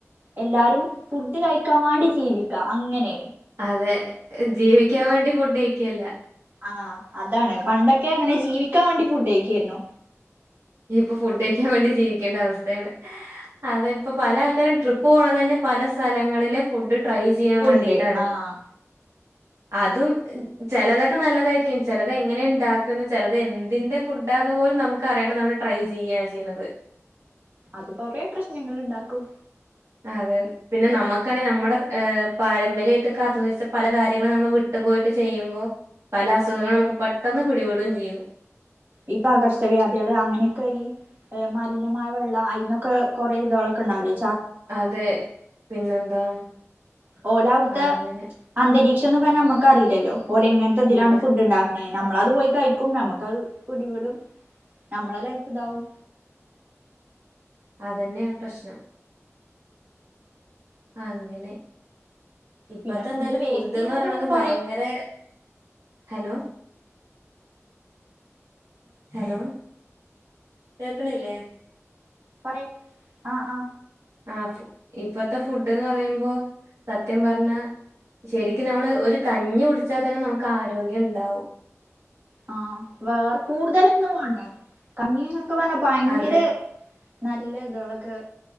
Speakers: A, on the right; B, on the right.
A: എല്ലാരും ഫുഡ് കഴിക്കാവാണ്ടി ജീവിക്ക അങ്ങനെണ്
B: അതെ ജീവിക്കാൻ വേണ്ടി ഫുഡ്കഴിക്കല്ല
A: ആ. അതാണ് പണ്ടൊക്കെ അങ്ങനെ ജീവിക്കാവാണ്ടി ഫുഡ്യ്ക്കേയ്ന്നു
B: ഇനിപ്പൊ ഫുഡ്യ്ക്കാവേണ്ടി ജീവിക്കേണ്ട അവസ്തേണ് അതെ ഇപ്പോ പല ആൾക്കാരും ട്രിപ്പ് പോകണ തന്നെ പല സ്ഥലങ്ങളിലെ ഫുഡ് ട്രൈ ചെയ്യാൻ
A: ഫുഡ്
B: വേണ്ടീട്ടാണ്
A: ആഹ്
B: അതും ചെലതൊക്കെ നല്ലതായിരിക്കും ചെലത് എങ്ങനെ ഉണ്ടാക്കുന്ന്. ചെലത് എന്തിന്റെ ഫുഡ അതുപോലും നമുക്കറിയണ് നമ്മള് ട്രൈ ചെയ്യ ചെയ്യണത്.
A: അത് കൊറെ പ്രശ്നങ്ങളുണ്ടാക്കും.
B: അതെ പിന്നെ നമ്മക്കാണെങ്കിൽ നമ്മടെ പാരമ്പര്യയിട്ട് കാത്തു സൂക്ഷിച്ച പല കാര്യങ്ങളും നമ്മള് വിട്ട് പോയിട്ട് ചെയ്യുമ്പോ പല അസുഖങ്ങൾ നമുക്ക് പെട്ടെന്ന് പിടിപെടുകയും ചെയ്യു
A: ഈ പകർച്ചവ്യാധികള് അങ്ങനെയൊക്കെ ഈ മലിനമായ വെള്ള അയ്ന്നൊക്കെ കുറെേ ഇതളൊക്കെ ണ്ടാവില്ലേ?
B: അതെ പിന്നെന്താ?
A: ഓലവ്ടുത്തെ
B: അങ്ങനെ
A: അന്തരീക്ഷംന്നും പ്പൊ നമ്മുക്കറില്ലല്ലോ ഓലങ്ങനത്തെ തിലാണ്
B: ഇല്ല
A: ഫുഡ് ണ്ടാക്കുന്ന നമ്മളത് പോയി കഴിക്കും നമുക്കത് പിടിപെടും. നമ്മളെ ലൈഫ് ഇതാവും.
B: അതന്നെയാ പ്രശ്നം. അങ്ങനെ. ഇപ്പത്തെ
A: പിന്നെ ഫുഡ്
B: ന്താലും
A: വേസ്റ്റ്
B: ഫുഡ്ന്ന്
A: ചെയ്യുന്നതുണ്ട്
B: പറയണത്
A: കൊറേ
B: ഭയങ്കര ഹലോ ഹലോ കേക്ക്ണില്ലേ?
A: പറയ് ആ ആ.
B: ആ ഫു ഇപ്പത്തെ ഫുഡ്ന്ന് പറയുമ്പോ സത്യം പറഞ്ഞ ശരിക്കും നമ്മള് ഒരു കഞ്ഞി ഉടിച്ചാ തന്നെ നമുക്ക് ആരോഗ്യം ണ്ടാവും.
A: ആ വേറെ കൂടുതലൊന്നും വേണ്ട കഞ്ഞീന്നക്ക പറഞ്ഞ ഭയങ്കര
B: അതെ
A: നല്ല ഇത്ളക്കൊ